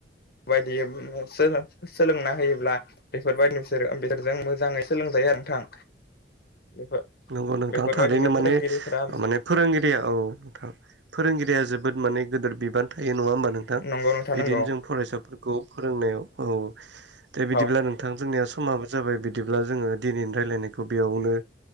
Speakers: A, on the left; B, on the right.
A: बायदियै बु सोलों-सोलोंना होयोब्ला बेफोरबायदि बिसोर बिसोरजों मोजाङै सोलोंजायो नोंथां।
B: <inaudible>
A: बेफोर
B: नंगौ नोंथां
A: बेफोरबायदिनो
B: थारैनो
A: फोरोंगिरिफोरा
B: माने माने फोरोंगिरिया औ नोंथां। फोरोंगिरिया जोबोद माने गोदोर बे नङा होमबा नोंथां
A: नंगौ नोंथां
B: बिदिनो
A: नंगौ
B: जों फरायसाफोरखौ फोरोंनायाव औ दा बिदिब्ला
A: औ
B: नोंथां थां जोंनिया समाबो जाबाय बिदिब्ला जोङो दिनैनि रायलायनायखौ बेयावनो